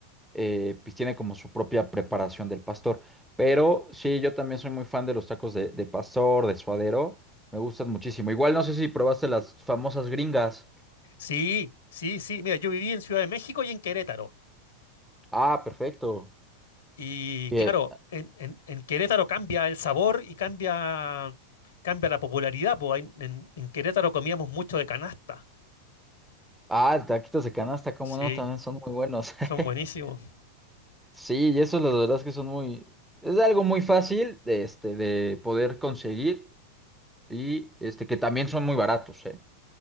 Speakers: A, in the centre; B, on the left.
A: eh, pues tiene como su propia preparación del pastor. Pero sí, yo también soy muy fan de los tacos de, de pastor, de suadero, me gustan muchísimo. Igual no sé si probaste las famosas gringas.
B: Sí, sí, sí. Mira, yo viví en Ciudad de México y en Querétaro.
A: Ah, perfecto.
B: Y
A: Eh,
B: claro, en, en- en Querétaro cambia el sabor y cambia, cambia la popularidad. po. En, en- en Querétaro comíamos mucho de canasta.
A: ah, taquitos de canasta, cómo
B: Sí,
A: no, también son muy buenos. <laughs>
B: son buenísimos.
A: Sí, y eso la verdad es que son muy, es algo muy fácil de, este, de poder conseguir y este, que también son muy baratos, ¿eh?